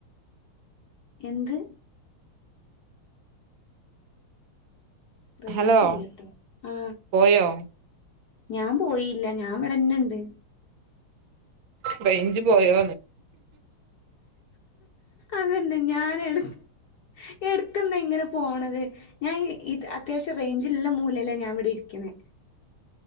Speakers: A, on the left; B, on the right.
A: എന്ത് റേഞ്ചില്ലേട്ടോ
B: ഹലോ
A: ആ
B: പോയോ
A: ഞാൻ പോയില്ല ഞാനിവിന്നേണ്ട്
B: റേഞ്ച് പോയോ
A: അതല്ല ഞാനെടുത്തു എടുത്തുന്നെങ്ങനാ പോണത് ഞാൻ അത്യാവശ്യം റേഞ്ച് ഇള്ള മൂലേലാ ഇരിക്കണേ